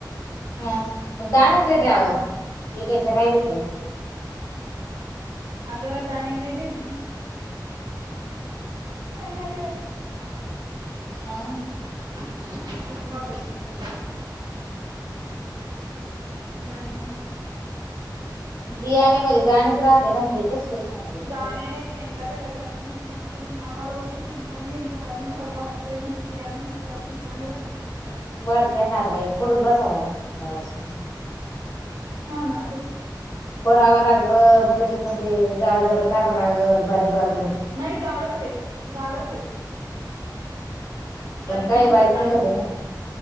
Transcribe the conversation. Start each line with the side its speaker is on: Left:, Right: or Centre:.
Left: हा मग दानेच देतह
Right: म्हणून
Left: आव्ह
Right: आम्ही
Left: विकायचे राहिलीत.
Right: अगं दणी नाही दश त्यांना <unintelligible> स
Left: हा
Right: ते शेंगा होते शेंगा. दाणे नव्हते.
Left: बियाणे मंजे दाणेच राहते ना ते राहते
Right: दाणे नाही शेंगा दिला त्यानि म्हणून मग आम्हाला वाटलं शेंगदाणे आहे की काय बाकी बियां म्हटल्यावर शेंगदाणे म्हणे आधी.
Left: बरत आहे ना आता पुढच बसावं लाग ब्लाज.
Right: हा ना त
Left: पोडावं लागल मग त्याच्यातून ते जाड जाड काढावं लागल बारीक बारी
Right: नाही जाडच आहे जाडचये. बारीक
Left: पण काही
Right: नाहीच आहे, जाडच
Left: निघत
Right: आहे
Left: ना